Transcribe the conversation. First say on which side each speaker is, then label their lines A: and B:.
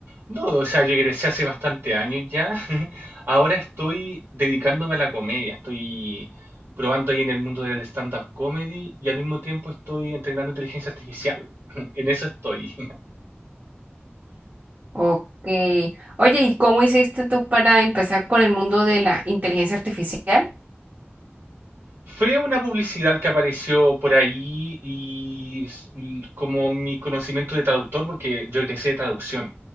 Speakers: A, on the right; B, on the right.
A: No, o sea, yo egresé hace bastante años ya. <laughs> Ahora estoy dedicándome a la comedia. Estoy probando ahí en el mundo del stand-up comedy y al mismo tiempo estoy entrenando inteligencia artificial. <laughs> En eso estoy.
B: Ok. Oye, ¿y cómo hiciste tú para empezar con el mundo de la inteligencia artificial?
A: Fue una publicidad que apareció por ahí y s- y como mi conocimiento de traductor, porque yo egresé de traducción.